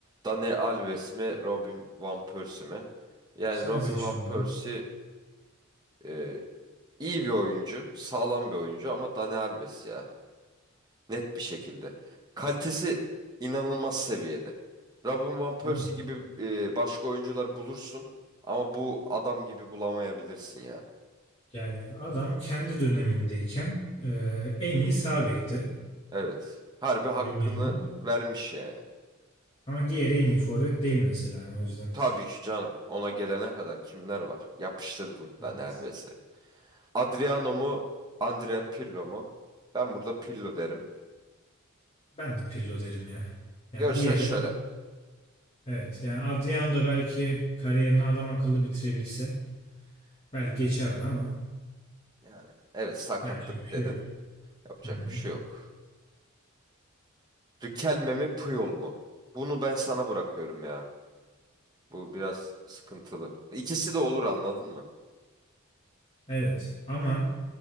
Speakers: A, on the right; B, on the left.
A: Dani Alves mi, Robin Van Persie mi? Yani
B: Sen
A: Robin
B: seç
A: Van
B: bunu.
A: Persie e, iyi bir oyuncu, sağlam bir oyuncu ama Dani Alves ya. Net bir şekilde. Kalitesi inanılmaz seviyede. Robin Van Persie
B: Değil mi?
A: gibi e, başka oyuncular bulursun ama bu adam gibi bulamayabilirsin ya.
B: Yani adam kendi dönemindeyken e, en iyi sağ bekti
A: Evet. Harbi hakkını
B: dünyanın.
A: vermiş yani.
B: Ama diğeri en iyi forvet değil mesela yani o yüzden.
A: Tabii ki canım. Ona gelene kadar kimler var? Yapıştırdım ben
B: Evet.
A: Elves'i. Adriano mu? Andrea Pirlo mu? Ben burada Pirlo derim.
B: Ben de Pirlo derim ya. Yani
A: Görsel
B: diğeri
A: şölen.
B: evet yani Adriano da belki kariyerini adam akıllı bitirebilse belki geçerdi ama
A: Yani evet sakatlık
B: yapacak bir şey
A: dedin.
B: yok.
A: Yapacak
B: Hı hı.
A: bir şey yok. Riquelme mi Puyol mu? Bunu ben sana bırakıyorum ya. Bu biraz sıkıntılı. İkisi de olur anladın mı?
B: Evet ama